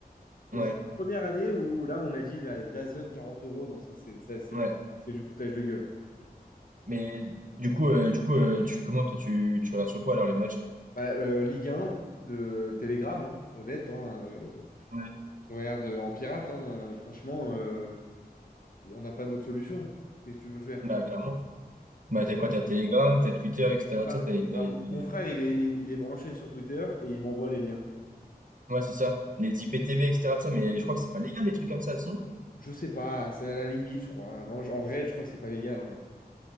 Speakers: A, on the right; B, on the left.
A: ouais.
B: Et C'est la première année où là, on a dit la DAZN 40 euros. Non, ça, c'est ça, c'est
A: Ouais,
B: du, c'est du foutage de gueule.
A: Mais du coup, euh, du coup euh, tu fais comment toi, tu, tu regardes sur quoi alors les matchs?
B: Bah, euh, Ligue 1, de Telegram, hein, honnête, hein, euh,
A: Ouais.
B: regarde euh, en pirate, hein, euh, franchement, euh, on n'a pas d'autre solution. Qu'est-ce que tu veux faire?
A: Bah clairement. Bah
B: Je-
A: t'as quoi? T'as Telegram, t'as Twitter, etc.
B: Ah,
A: t'as- t'as-
B: Telegram.
A: t'as-
B: Mon
A: les-
B: mon frère, il est, il il est branché sur Twitter et il m'envoie les liens.
A: Ouais, c'est ça. Les IPTV, etc. ça, mais je crois que c'est pas légal les trucs comme ça, si.
B: Je sais pas, c'est à la limite, je crois. Non, je- en vrai, je crois que c'est pas légal. hein.